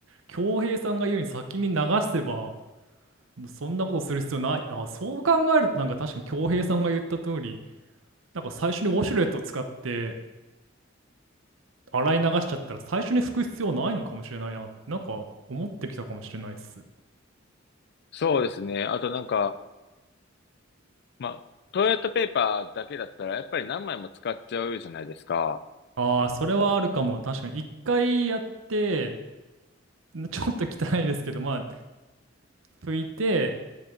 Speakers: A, on the right (about 75°); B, on the left (about 55°).
A: 恭平さんが言うように先に流せば、そんなことする必要ない。あ、そう考えるとなんか確かに恭平さんが言った通り、なんか最初にウォシュレットを使って洗い流しちゃったら最初に拭く必要ないのかもしれないな、なんか思ってきたかもしれないっす。
B: そうですね。あとなんか、まあ、トイレットペーパーだけだったら、やっぱり何枚も使っちゃうじゃないですか。
A: ああ、それはあるかも。確かに一回やって、ちょっと汚いですけど、まあ、拭いて、